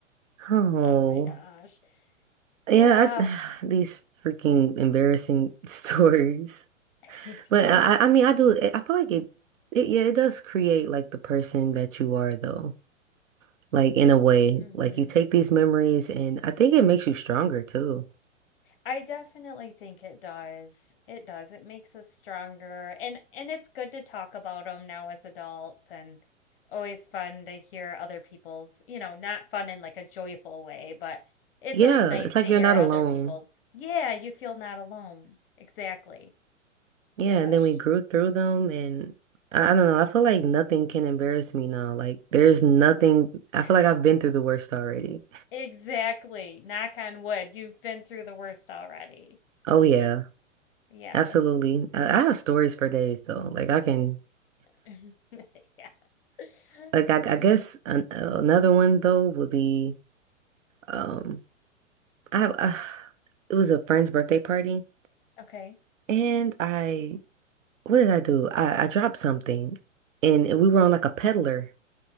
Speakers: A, on the right (about 75°); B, on the left (about 45°).
A: Oh,
B: Oh my gosh. Yeah,
A: yeah. I, <sighs> these freaking embarrassing <laughs> stories.
B: <laughs> I know.
A: But I, I I mean, I do. I feel like it, it, yeah, it does create like the person that you are, though. Like in a way,
B: hmm
A: like you take these memories and I think it makes you stronger too.
B: I definitely think it does. It does. It makes us stronger and and it's good to talk about them now as adults and always fun to hear other people's, you know, not fun in like a joyful way, but it's
A: Yeah,
B: always nice
A: it's
B: to
A: like you're
B: hear
A: not
B: other
A: alone.
B: people's, yeah, you feel not alone. Exactly.
A: Yeah,
B: Gosh.
A: and then we grew through them and I, I don't know, I feel like nothing can embarrass me now. Like there's nothing, I
B: <laughs>
A: feel like I've been through the worst already.
B: Exactly. Knock on wood. You've been through the worst already.
A: Oh yeah,
B: Yes.
A: absolutely. I, I have stories for days though. Like I can,
B: <laughs> Yeah. <laughs>
A: like I, I
B: Yeah.
A: guess an, uh, another one though would be, um, I have, uh, it was a friend's birthday party
B: Okay.
A: and I, what did I do? I, I dropped something and we were on like a peddler.